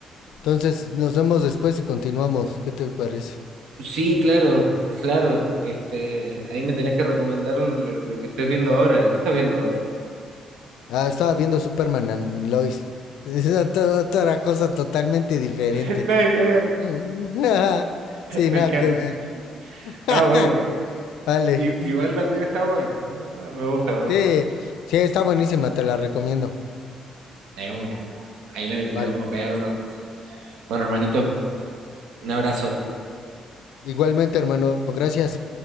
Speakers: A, on the left; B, on the right.
A: Entonces, nos vemos después y continuamos. ¿Qué te parece?
B: Sí, claro, claro. Este, ahí me tenés que recomendar lo, lo que estés viendo ahora. ¿Qué estás viendo ahora?
A: Ah, estaba viendo Superman and Lois. <laughs> Es otra, otra cosa totalmente diferente.
B: <laughs> Nada que ver,
A: <laughs> Sí, nada
B: me encanta.
A: que ver. <laughs>
B: Ah, bueno,
A: Vale.
B: I- igual también está bueno, ¿no? Me gusta, me
A: Sí,
B: gusta.
A: sí, está buenísima, te la recomiendo.
B: De una. Ahí le, le
A: Vale.
B: vamos a pegar uno. Bueno, hermanito, un abrazo.
A: Igualmente, hermano, gracias.